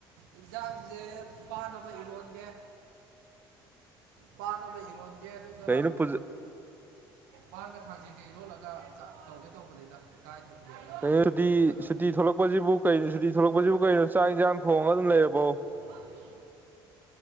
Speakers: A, on the right; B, on the right.
A: ꯑꯦꯛꯖꯥꯡꯁꯦ ꯄꯥꯅꯕ ꯏꯔꯣꯟꯗꯦ ꯄꯥꯅꯕ ꯏꯔꯣꯟꯗꯦ ꯑꯗꯨꯒ
B: ꯀꯩꯅꯣ ꯄꯨꯖ
A: ꯄꯥꯒ ꯊꯥꯡꯖꯤꯡꯒꯩ ꯏꯔꯣꯜꯂꯒ ꯇꯧꯒꯦ ꯇꯧꯕꯅꯤꯗ ꯏꯀꯥꯏ ꯊꯕꯤ ꯍꯥꯏꯕ꯭ꯔꯥ
B: ꯀꯣ
A: ꯀꯩꯅꯣꯃ
B: ꯁꯨꯇꯤ
A: ꯑꯣꯠꯂꯒ
B: ꯁꯨꯇꯤ ꯊꯣꯛꯂꯛꯄꯁꯤꯕꯨ ꯀꯣ ꯁꯨꯇꯤ ꯊꯣꯛꯂꯛꯄꯁꯤꯕꯨ ꯀꯩꯅꯣ ꯆꯥꯏ ꯏꯟꯁꯥꯡ ꯊꯣꯡꯉꯒ ꯑꯗꯨꯝ ꯂꯩꯔꯕꯣ
A: ꯀꯤ